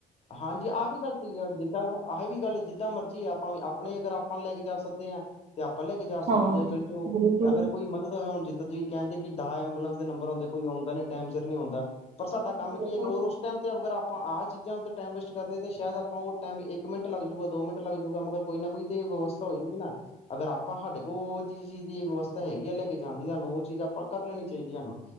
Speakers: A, on the left; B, on the right.
A: ਹਾਂਜੀ ਆਹ ਵੀ ਗੱਲ ਸਹੀ ਹੈ ਜਿੱਦਾਂ ਆ ਵੀ ਗੱਲ ਜਿੱਦਾਂ ਮਰਜੀ ਆ ਆਪਾਂ ਵੀ ਆਪਣੇ ਅਗਰ ਆਪਾਂ ਨੂੰ ਲੈ ਕੇ ਜਾ ਸਕਦੇ ਹਾਂ ਤੇ ਆਪਾਂ ਲੈ ਕੇ ਜਾ
B: ਹਾਂ
A: ਸਕਦੇ ਚੱਲ ਜਾਓ
B: ਬਿਲਕੁਲ
A: ਅਗਰ ਕੋਈ ਮਦਦ ਹੁਣ ਜਿਦਾ ਤੁਸੀਂ ਕਹਿੰਦੇ ਕਿ ਦਸ ਐਬੂਲੈਂਸ ਦੇ ਨਬਰ ਹੁੰਦੇ ਕੋਈ ਆਂਦਾ ਨ ਟਾਈਮ ਸਿਰ ਨੀ ਹੁੰਦਾ ਪਰ ਸਾਡਾ ਕੰਮ
B: ਬਿਲਕੁਲ
A: ਕੀ ਹੈਗਾ ਰ ਉਸ ਟਾਈਮ ਤੇ ਅਗਰ ਆਪਾਂ ਆ ਚੀਜ਼ਾਂ ਟਾਈਮ ਵੇਸਟ ਕਰਦੇ ਤੇ ਸ਼ਾਇਦ ਆਪਾਂ ਉਹ ਟਾਈਮ ਇੱਕ ਮਿੰਟ ਲੱਗ ਜੂਗਾ ਦੋ ਮਿੰਟ ਲੱਗ ਜੂਗਾ ਮਗਰ ਕੋਈ ਨਾ ਕੋਈ ਤੇ ਵਿਵਸਥਾ ਹੋ ਜਾਊਗੀ ਨਾ ਅਗਰ ਆਪਾਂ ਸਾਡੇ ਕੋਲ ਉਹ ਚ ਚੀਜ਼ ਦੀ ਵਿਵਸਥਾਂ ਹੈਗੀ ਆ ਤੇ ਜਾਂਦੀ ਸਾਨੂੰ ਉਹ ਚੀਜ਼ ਆਪਾਂ ਕਰ ਲੈਣੀ ਚਾਹੀਦੀ ਹਨ